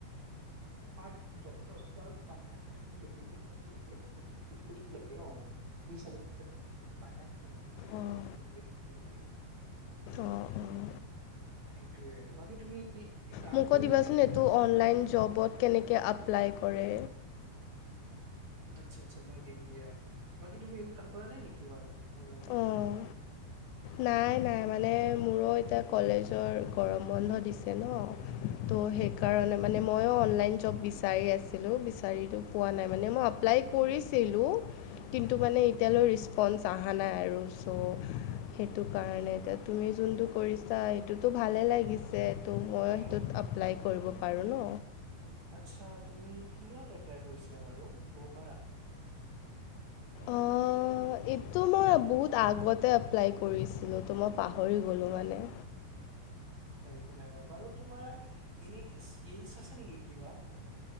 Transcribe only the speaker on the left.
অঁ অঁ অঁ
মোক কৈ
দিবাচোন
এইটো অনলাইন জবত কেনেকে এপ্লাই কৰে
অঁ
নাই নাই মানে মোৰো এতিয়া কলেজৰ গৰম বন্ধ দিছে ন ত' সেইকাৰণে
মানে মই অনলাইন জব বিচাৰি আছিলোঁ বিচাৰো পোৱা নাই মানে মই এপ্লাই কৰিছিলোঁ কিন্তু মানে এতিয়ালৈ ৰিছপঞ্চ আহা নাই আৰু ছ' সেইটো কাৰণে এতিয়া তুমি যোনটো কৰিছা সেইটোতো ভালে লাগিছে ত' মই সেইটোত
এপ্লাই কৰিব পাৰোঁ ন
অঁ, এইটো মই বহুত আগতে এপ্লাই কৰিছিলোঁ তোমাৰ পাহৰি গ'লোঁ মানে